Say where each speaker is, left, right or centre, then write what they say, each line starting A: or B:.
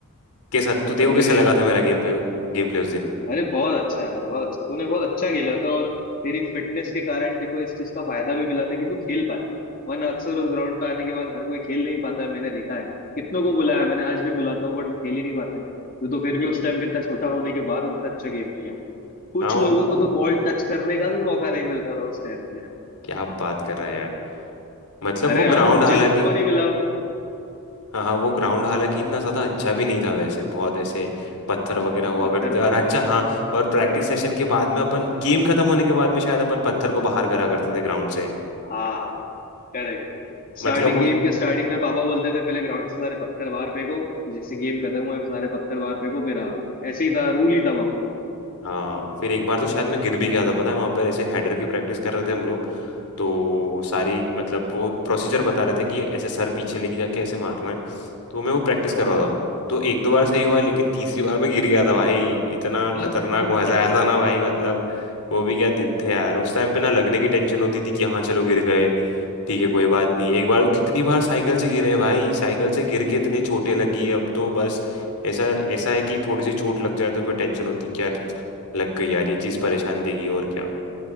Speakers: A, on the left (about 85°); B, on the left (about 40°).
A: के साथ तू देखो
B: अरे
A: कैसा लगा था मेरा गेम प्ले गेम प्ले उस दिन
B: अरे बहुत अच्छा यार बहुत अच्छा तूने बहुत अच्छा खेला था और तेरी फिटनेस के कारण तेको इस चीज का फायदा भी मिला था कि तू खेल पाया वरना अक्सर उस ग्राउंड पे आने के बाद हर कोई खेल नहीं पाता है मैंने देखा है कितनों को बुलाया मैंने आज भी बुलाता हूँ बट वो खेल ही नहीं पाते तू तो फिर भी उस टाइम पे इतना छोटा होने के बाद इतना अच्छा गेम खेला कुछ
A: हाँ वो
B: लोगों को तो बॉल टच करने का भी मौका नहीं मिलता था उस टाइम पे
A: क्या बात कर रहा है यार मतलब
B: अरे
A: वो
B: हाँ
A: ग्राउंड
B: मुझे
A: हालांकि
B: खुद को नहीं मिला
A: हाँ हाँ वो ग्राउंड हालांकि इतना ज़्यादा अच्छा भी नहीं था वैसे बहुत ऐसे पत्थर
B: हाँ
A: वगैरह हुआ
B: पत्थर
A: करते
B: पत्थर
A: और अच्छा हाँ और प्रैक्टिस
B: करेक्ट
A: सेशन के बाद में अपन गेम खत्म होने के बाद में शायद अपन पत्थर को बाहर करा करते थे ग्राउंड से
B: हाँ करेक्ट स्टार्टिंग
A: मतलब वो
B: गेम के स्टार्टिंग में पापा बोलते थे पहले ग्राउंड से सारे पत्थर बाहर फेंको फिर जैसे गेम खत्म हुए सारे पत्थर बाहर फेंको फिर आओ ऐसे ही था रूल ही था वहां पे
A: हाँ फिर एक बार तो शायद मैं गिर भी गया था पता है वहाँ पर ऐसे हेडर की प्रैक्टिस कर रहे थे हम लोग तो सारी मतलब वो प्रोसीजर बता रहे थे कि ऐसे सर पीछे लेके जाके ऐसे मारना है तो मैं वो प्रैक्टिस कर
B: हाँ
A: रहा था तो एक दो बार सही हुआ लेकिन तीसरी बार मैं गिर गया था भाई इतना
B: <laughs>
A: खतरनाक मजा आया था ना भाई मतलब वो भी क्या दिन थे यार उस टाइम पे ना लगने की टेंशन होती थी कि हाँ चलो गिर गए ठीक है कोई बात नहीं एक बार तो कितनी बार साइकिल से गिरे हैं भाई साइकिल से गिर के इतने चोटें लगी है अब तो बस ऐसा ऐसा है कि थोड़ी सी चोट लग जाए तो कोई टेंशन होती कि यार लग गई यार ये चीज़ परेशान देगी और क्या